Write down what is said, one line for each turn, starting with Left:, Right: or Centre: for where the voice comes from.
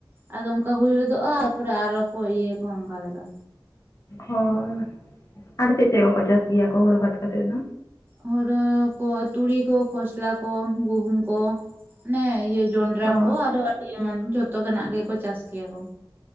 Right: ᱟᱫᱚ ᱚᱝᱠᱟ ᱦᱩᱭ ᱦᱚᱫᱚᱜᱼᱟ ᱛᱟᱯᱚᱨᱮ ᱟᱨᱚ ᱠᱚ ᱤᱭᱟᱹᱭᱟᱠᱚ ᱚᱱᱠᱟ ᱞᱮᱠᱟ᱾
Left: ᱦᱚᱭ ᱟᱨ ᱪᱮᱫ ᱪᱮᱫ ᱠᱚᱠᱚ ᱪᱟᱥ ᱜᱮᱭᱟ ᱠᱚ ᱦᱩᱬᱩ ᱵᱟᱫ ᱠᱟᱛᱮᱫ ᱫᱚ?
Right: ᱦᱩᱨᱳ ᱠᱚ ᱛᱩᱲᱤ ᱠᱚ ᱠᱷᱚᱥᱞᱟ ᱠᱚ ᱜᱩᱦᱩᱢ ᱠᱚ ᱢᱟᱱᱮ ᱤᱭᱟᱹ ᱡᱚᱸᱱ ᱨᱟ
Left: ᱚ
Right: ᱠᱚ ᱟᱨᱚ ᱟᱹᱰᱤ ᱮᱢᱟᱱ ᱡᱷᱚᱛᱚ ᱜᱟᱱᱟᱜ ᱜᱮᱠᱚ ᱪᱟᱥ ᱜᱮᱭᱟ ᱠᱚ᱾